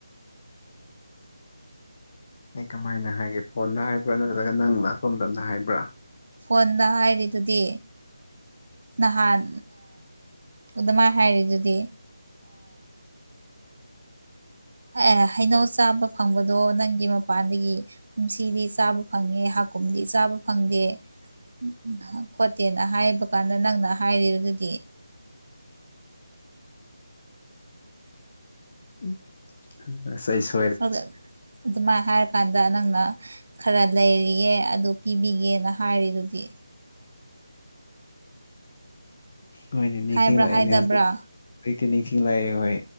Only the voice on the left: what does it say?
ꯑꯩ ꯀꯃꯥꯏꯅ ꯍꯥꯏꯒꯦ ꯐꯣꯟꯗ ꯍꯥꯏꯕ꯭ꯔꯥ ꯅꯠꯇ꯭ꯔꯒ ꯅꯪ ꯂꯥꯛꯄ ꯃꯇꯝꯇꯗ ꯍꯥꯏꯕ꯭ꯔꯥ
<unintelligible>
ꯍꯣꯏꯅꯦ ꯅꯤꯡꯁꯤꯡ
ꯂꯥꯛꯑꯏꯅꯦ
ꯍꯧꯖꯤꯛ ꯍꯧꯛꯇꯤ ꯅꯤꯡꯁꯤꯡꯂꯛꯑꯦ ꯍꯣꯏ